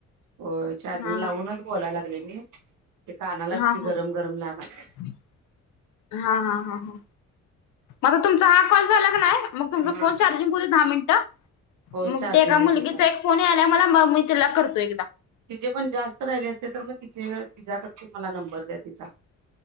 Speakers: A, on the right; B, on the left.
A: होय, चार्जिंग
B: हा
A: लावूनच बोला लागलेय मी, ते कानाला किती
B: हा हा
A: गरम- गरम लागालय.
B: हा. हा. हा.. म आता तुमचा हा कॉल झाला क नाय मग तुमचा
A: हा
B: फोन चार्जिंग हूदे दहा मिनटं
A: होय
B: मग
A: चार्जिंग
B: ते एका
A: होते
B: मुलगीचा
A: जरा
B: एक फोन यालाय मला, मग मी तिला करतो एकदा.
A: तिचेे पण जास्त राहिले असले तर, मग तिचे तिच्याकडं चा मला नंबर द्या तिचा